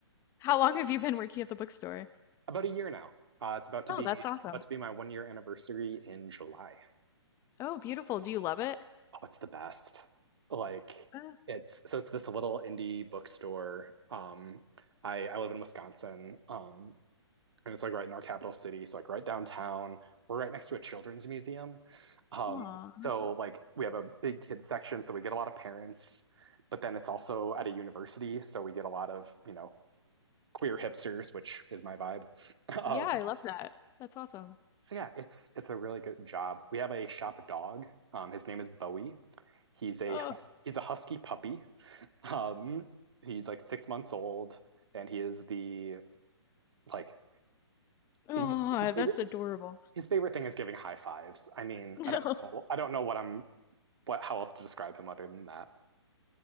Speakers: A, on the left (about 20°); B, on the right (about 70°).
A: how long have you been working at the bookstore?
B: About a year now. Uh, it's about to
A: Oh,
B: be
A: that's awesome.
B: about to be my one year anniversary in July.
A: Oh, beautiful. Do you love it?
B: Oh, it's the best. Like
A: Uh,
B: it's so it's this little indie bookstore. Um, I I live in Wisconsin, um, and it's like right in our capital city, so like right downtown. We're right next to a children's museum. Um,
A: aw.
B: so like we have a big kids section, so we get a lot of parents, but then it's also at a university, so we get a lot of, you know, queer hipsters, which is my vibe. <laughs> Um,
A: Yeah, I love that. That's awesome.
B: so yeah, it's it's a really good job. We have a shop dog. Um, his name is Bowie. He's a
A: Oh,
B: hus- he's a husky puppy. Um, he's like six months old, and he is the like
A: oh,
B: he, his
A: that's
B: favorite
A: adorable. <laughs>
B: his favorite thing is giving high fives. I mean,
A: No,
B: I don't know, I don't know what I'm what how else to describe him other than that.